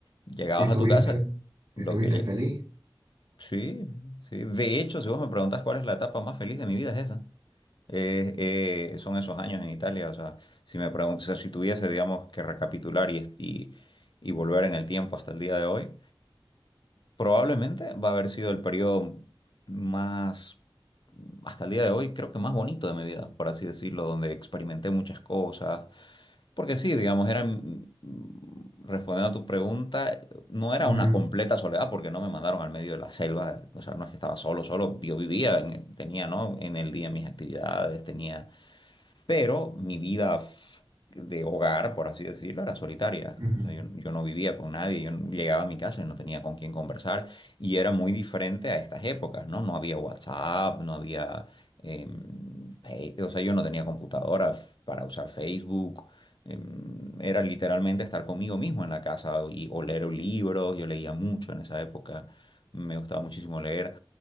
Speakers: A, on the left; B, on the right.
A: llegabas
B: ¿Y estuviste,
A: a tu casa, lo
B: estuviste
A: que, lle-
B: feliz?
A: Sí, sí. De hecho, si vos me preguntás cuál es la etapa más feliz de mi vida, es esa. Eh, eh, son esos años en Italia. O sea, si me preguntas, o sea, si tuviese, digamos, que recapitular y, y, y volver en el tiempo hasta el día de hoy, probablemente va a haber sido el periodo más, hasta el día de hoy, creo que más bonito de mi vida, por así decirlo, donde experimenté muchas cosas, porque sí, digamos, era, mm, mm, respondiendo a tu pregunta, no era
B: Ujú,
A: una completa soledad porque no me mandaron al medio de la selva, o sea, no es que estaba solo, solo, yo vivía, en- tenía, ¿no? En el día mis actividades, tenía pero mi vida f- de hogar, por así decirlo, era solitaria.
B: ujú,
A: O sea, yo, yo no vivía con nadie, yo no- llegaba a mi casa y no tenía con quién conversar. Y era muy diferente a estas épocas, ¿no? No había WhatsApp, no había... em, Fe- o sea, yo no tenía computadora f- para usar Facebook. em, Era literalmente estar conmigo mismo en la casa y, o leer libros. Yo leía mucho en esa época. Me gustaba muchísimo leer.